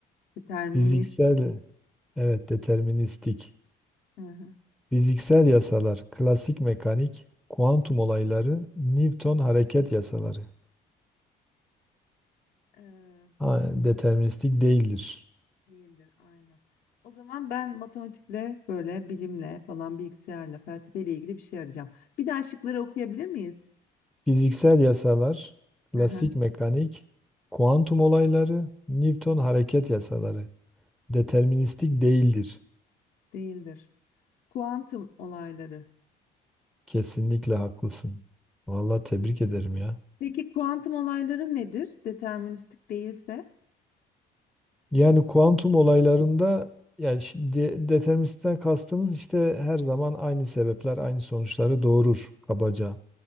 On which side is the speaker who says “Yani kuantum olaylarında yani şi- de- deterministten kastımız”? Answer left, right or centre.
Centre